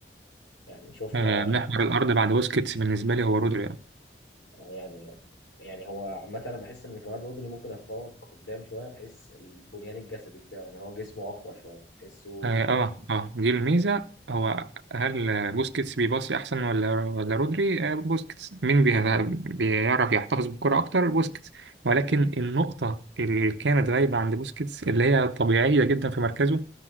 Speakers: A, on the left; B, on the right.
A: يعني شفنا
B: آه، محور الارض بعد بوسكيتس بالنسبه لي هو رودري آه.
A: يعني يعني هو عامة أنا بحس إن كمان رودري ممكن يتفوق قدام شوية بحيث البنيان الجسدي بتاعه يعني هو جسمه أقوى شوية تحسه
B: اه اه آه، دي الميزة هو هل آه، بوسكيتس بيباصي أحسن ولا ولا رودري؟ آه، بوسكيتس مين بيه- بيعرف يحتفظ بالكرة أكتر؟ بوسكيتس ولكن النقطة اللي كانت غايبة عند بوسكيتس اللي هي طبيعية جدا في مركزه